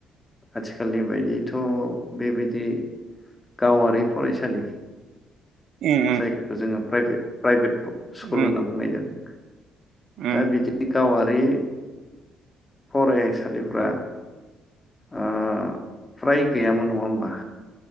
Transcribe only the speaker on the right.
उम
उम
उम